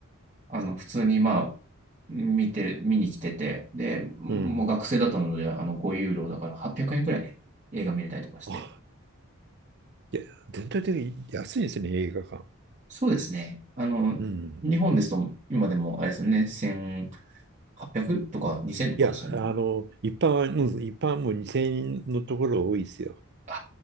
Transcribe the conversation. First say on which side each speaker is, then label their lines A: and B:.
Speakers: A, on the right; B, on the right.
A: あの、普通に、まあ、見て、見に来てて、で、もう学生だったので、
B: うん。
A: あの、5ユーロだから800円くえんくらいで映画見れたりとかして。
B: あ、いや、全体的に安いですね、映画館。
A: そうですね。あの、
B: うん。
A: 日本ですと、今でも、あれですよね、1000、800とか2000とかですよね。
B: いや、あの、一般は、うん、一般も2000円のところ多いですよ。
A: あ、